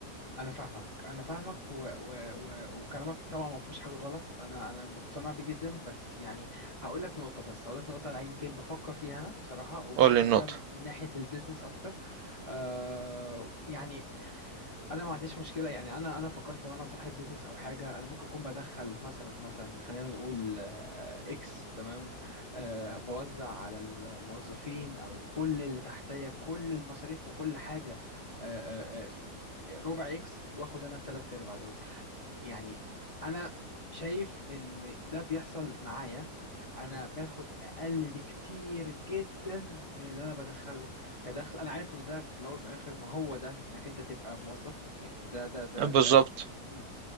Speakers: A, on the left; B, on the right.
A: انا فاهمك انا فاهمك و... و... و... وكلامك طبعا ما فيهوش حاجه غلط انا انا مقتنع بيه جدا بس يعني هقول لك نقطه بس هقول لك نقطه يمكن بفكر فيها انا بصراحه وبفكر
B: قول لي النقطة
A: بيها من من ناحيه البيزنس اكتر آه يعني انا ما عنديش مشكله يعني انا انا فكرت لو انا صاحب بيزنس او حاجه انا ممكن اكون بدخل مثلا مثلا خلينا نقول آه، اكس تمام أه بوزع على الموظفين او كل اللي تحتيا كل المصاريف بكل حاجه أه أه آه، ربع اكس واخد انا التلات ارباع دول يعني انا شايف ان ده بيحصل معايا انا باخد اقل بكتير جدا من اللي انا بدخله كدخل انا عارف ان ده في الاول وفي الاخر ما هو ده انك انت تبقى موظف يعني ده ده ده
B: بالظبط
A: ده مم.